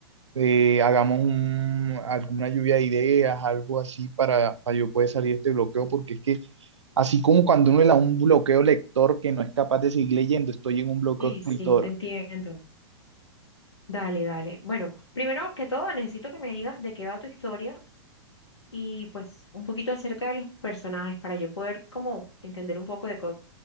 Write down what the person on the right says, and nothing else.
eh, hagamos un- alguna lluvia de ideas, algo así para, para yo poder salir de este bloqueo, porque es que así como cuando uno le da un bloqueo lector que no es capaz de seguir leyendo, estoy en un bloqueo
escritor.